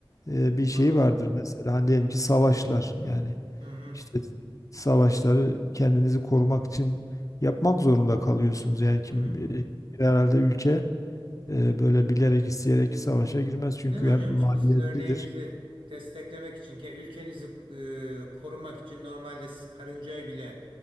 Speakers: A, on the left; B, on the right.
A: e, bir şey
B: Anladım.
A: vardır mesela. Hani diyelim ki savaşlar yani
B: Hı hı.
A: işte savaşları kendinizi korumak için yapmak zorunda kalıyorsunuz. Yani kim
B: Hı hı.
A: e, herhalde ülke e, böyle bilerek isteyerek savaşa girmez çünkü
B: Değil mi hocam?
A: hep maliyetlidir.
B: Şimdi sizin örneğinizi desteklemek için, ke- ülkenizi e, korumak için normalde siz karıncayı bile